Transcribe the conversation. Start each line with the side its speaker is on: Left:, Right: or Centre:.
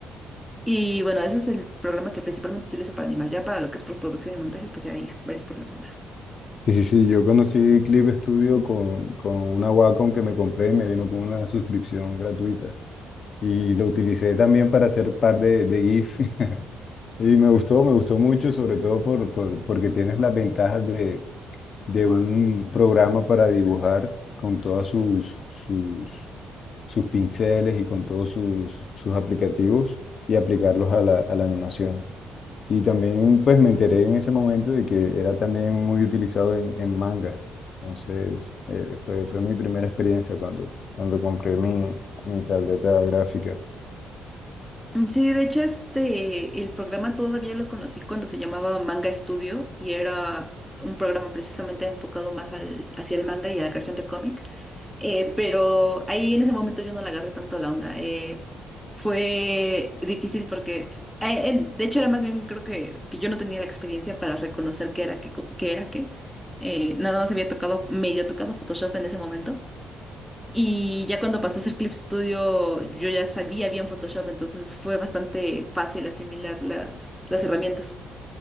Centre: Y bueno, ese es el programa que principalmente utilizo para animar. Ya para lo que es postproducción y montaje, pues ya hay varios programas más.
Left: Sí, sí, sí. Yo conocí Clip Studio con, con una Wacom que me compré y me vino con una suscripción gratuita. Y lo utilicé también para hacer par de, de GIF. <laughs> Y me gustó, me gustó mucho, sobre todo por, por- porque tienes las ventajas de de un programa para dibujar con todas sus, sus, sus pinceles y con todos sus, sus aplicativos y aplicarlos a la, a la animación. Y también pues me enteré en ese momento de que era también muy utilizado en, en manga. Entonces eh, fue, fue mi primera experiencia cuando, cuando compré mi, mi tableta gráfica.
Centre: Mm, Sí, de hecho, este, el programa todavía lo conocí cuando se llamaba Manga Studio y era un programa precisamente enfocado más al, hacia el manga y a la creación de cómic. Eh, pero ahí en ese momento yo no le agarré tanto la onda. Eh, fue difícil porque, eh, eh, de hecho, era más bien creo que, que yo no tenía la experiencia para reconocer qué era qué, co- qué era qué. Eh, nada más había tocado, medio tocado Photoshop en ese momento. Y ya cuando pasó a hacer Clip Studio, yo ya sabía bien Photoshop, entonces fue bastante fácil asimilar las, las herramientas.